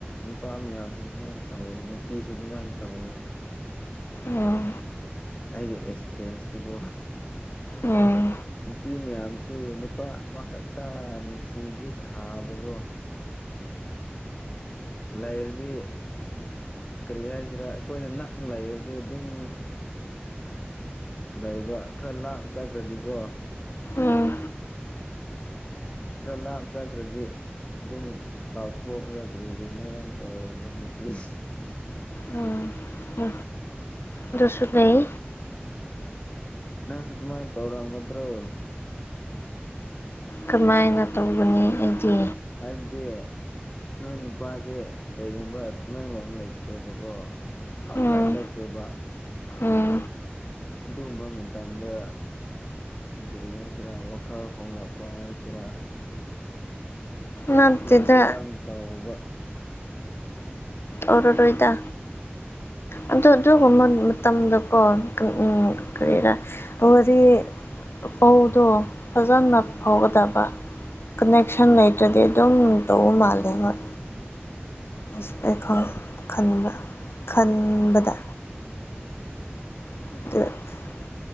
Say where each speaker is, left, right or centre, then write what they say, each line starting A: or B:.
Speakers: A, on the left; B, on the left.
A: ꯅꯨꯄꯥ ꯃꯌꯥꯝꯁꯨ ꯑꯗꯨꯃꯥꯏꯅ ꯇꯧꯋꯦ ꯅꯨꯄꯤꯁꯨ ꯑꯗꯨꯃꯥꯏꯅ ꯇꯧꯋꯦ
B: ꯎꯝ
A: ꯑꯩꯒꯤ ꯑꯦꯛꯁꯄꯤꯔꯤꯌꯦꯟꯁꯇꯤꯀꯣ
B: ꯎꯝ
A: ꯅꯨꯄꯤ ꯃꯌꯥꯝꯁꯨ ꯅꯨꯄꯥ ꯑꯃꯈꯛꯇ ꯅꯨꯡꯁꯤꯕꯗꯤ ꯁꯥꯕꯒꯣ ꯂꯩꯔꯗꯤ ꯀꯔꯤ ꯍꯥꯏꯁꯤꯔ ꯑꯩꯈꯣꯏꯅ ꯅꯛꯅ ꯂꯩꯔꯗꯤ ꯑꯗꯨꯝ ꯂꯩꯕ ꯈꯔ ꯂꯥꯞ ꯆꯠꯈ꯭ꯔꯗꯤꯀꯣ
B: ꯎꯝ
A: ꯈꯔ ꯂꯥꯞ ꯆꯥꯈ꯭ꯔꯗꯤ ꯑꯗꯨꯝ ꯀꯥꯎꯊꯣꯛꯑꯒ ꯀꯔꯤ ꯀꯔꯤꯅꯣ ꯌꯥꯝ ꯇꯧꯔꯦꯕ ꯅꯨꯄꯤ
B: ꯎꯝ ꯎ ꯑꯗꯁꯨ ꯂꯩ
A: ꯅꯪꯁꯨ ꯗꯨꯃꯥꯏ ꯇꯧꯔꯝꯒꯗ꯭ꯔꫭ
B: ꯀꯃꯥꯏꯅ ꯇꯧꯒꯅꯤ ꯑꯩꯗꯤ
A: ꯍꯥꯏꯕꯗꯤ ꯅꯣꯏ ꯅꯨꯄꯥꯁꯦ ꯀꯩꯒꯨꯝꯕ ꯇꯨꯃꯦꯟꯡꯂꯣꯡ ꯂꯩꯇ꯭ꯔꯦꯕꯀꯣ ꯑꯥꯎꯁꯥꯏꯠ
B: ꯎꯝ
A: ꯆꯠꯈ꯭ꯔꯤꯕ꯫
B: ꯎꯝ
A: ꯑꯗꯨꯒꯨꯝꯕ ꯃꯇꯝꯗ꯫ ꯒꯥꯔꯤ ꯍꯥꯏꯁꯤꯔꯥ ꯋꯥꯈꯜ ꯍꯣꯡꯂꯛꯄ ꯍꯥꯏꯁꯤꯔ꯫
B: ꯅꯠꯇꯦꯗ
A: ꯑꯗꯨꯒꯨꯝꯕꯗꯨ ꯌꯥꯝ ꯇꯧꯕ꯫
B: ꯑꯣꯔꯔꯣꯏꯗ꯫ ꯑꯗꯨ ꯑꯗꯨꯒꯨꯝꯕ ꯃꯇꯝꯗꯀꯣ ꯎꯝ ꯀꯔꯤꯔꯥ꯫ ꯑꯣꯗꯤ ꯄꯧꯗꯣ꯫ ꯐꯖꯅ
A: ꯎꯝ
B: ꯐꯥꯎꯒꯗꯕ ꯀꯅꯦꯛꯁꯟ ꯂꯩꯇ꯭ꯔꯗꯤ ꯑꯗꯨꯝ ꯇꯧꯕ ꯃꯥꯜꯂꯦ ꯍꯣꯏ <unintelligible> ꯈꯟꯕ ꯈꯟꯕꯗ <unintelligible>